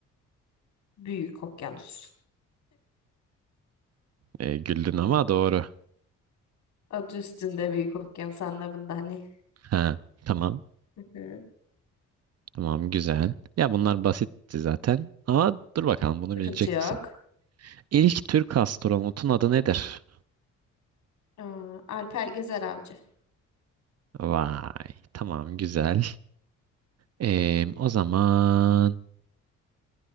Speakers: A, on the left; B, on the right.
A: Büyük okyanus.
B: E, güldün ama doğru.
A: Adı üstünde büyük okyanus anlamında hani.
B: Ha, tamam.
A: Hı hı.
B: Tamam güzel. Ya bunlar basitti zaten. Ama dur bakalım bunu
A: Sıkıntı
B: bilecek
A: yok.
B: misin? İlk Türk astronotun adı nedir?
A: Aa, Alper Gezer Avcı.
B: Vay. Tamam güzel. E, o zaman